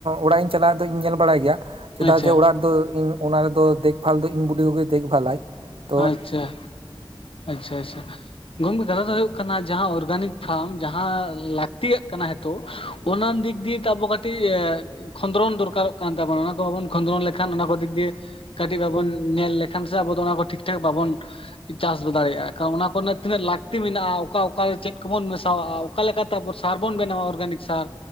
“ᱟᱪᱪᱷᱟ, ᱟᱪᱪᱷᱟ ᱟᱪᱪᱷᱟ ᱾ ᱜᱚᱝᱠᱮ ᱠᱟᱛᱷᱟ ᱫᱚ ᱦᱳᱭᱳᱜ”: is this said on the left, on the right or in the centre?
Left